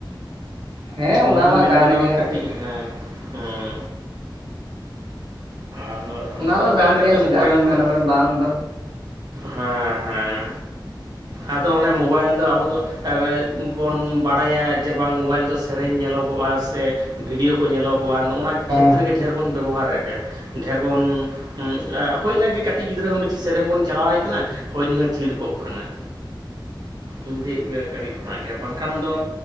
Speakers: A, on the right; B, on the right.
A: ᱦᱮᱸ
B: ᱱᱚᱣᱟᱦᱚᱸ
A: ᱚᱱᱟ ᱢᱟ
B: ᱢᱮᱱ
A: ᱠᱟᱱ
B: ᱜᱟᱱᱚᱜᱼᱟ
A: ᱜᱮ
B: ᱠᱟᱹᱴᱤᱡ ᱦᱮᱸ ᱦᱚᱸ᱾ ᱟᱫᱚ
A: ᱚᱱᱟ
B: ᱱᱚᱜᱼᱚ
A: ᱫᱚ
B: ᱱᱚᱝᱠᱟ
A: ᱠᱟᱱ
B: ᱞᱮᱠᱟᱛᱮ
A: ᱜᱮᱭᱟ
B: ᱢᱳᱵᱟᱭᱤᱞ
A: ᱪᱮᱫᱟᱜ ᱵᱮᱱ
B: ᱦᱚᱸ
A: ᱢᱮᱱᱟᱵᱮᱱ ᱵᱟᱝ ᱫᱚ᱾
B: ᱦᱮᱸ ᱦᱮᱸ᱾
A: <unintelligible>
B: ᱟᱫᱚ ᱚᱱᱮ ᱢᱳᱵᱟᱭᱤᱞ ᱫᱚ ᱟᱵᱚ ᱫᱚ <inaudible> ᱵᱚᱱ ᱵᱟᱰᱟᱭᱟ ᱡᱮ ᱵᱟᱝ ᱢᱵᱟᱭᱤᱞ ᱫᱚ ᱥᱮᱨᱮᱧ ᱧᱮᱞᱚᱜᱚᱜᱼᱟ ᱥᱮ ᱵᱷᱤᱰᱭᱳ ᱠᱚ ᱧᱮᱞᱚᱜᱚᱜᱼᱟ ᱱᱚᱜᱼᱟ ᱠᱷᱮᱛᱨᱮ
A: ᱚ
B: ᱜᱮ ᱰᱷᱮᱨ ᱵᱚᱱ ᱵᱮᱵᱚᱦᱟᱨᱮᱫᱼᱟ᱾ ᱰᱷᱮᱨ ᱵᱚᱱ <inaudible> ᱦᱩᱭᱱᱟ ᱜᱮ ᱠᱟᱹᱴᱤᱡ ᱜᱤᱫᱽᱨᱟᱹ ᱦᱚᱸ ᱢᱤᱫ ᱴᱤ ᱥᱮᱨᱮᱧ ᱵᱚᱱ ᱪᱟᱞᱟᱣᱟᱭ ᱠᱟᱱᱟ ᱦᱤ ᱦᱚᱸ ᱛᱷᱤᱨ ᱠᱚᱜ ᱠᱟᱱᱟᱭ᱾ ᱤᱧ ᱴᱷᱮᱡ ᱜᱮ ᱠᱟᱹᱴᱤᱡ ᱠᱷᱚᱱᱟᱜ ᱜᱮ ᱵᱟᱝᱠᱷᱟᱱ ᱫᱚ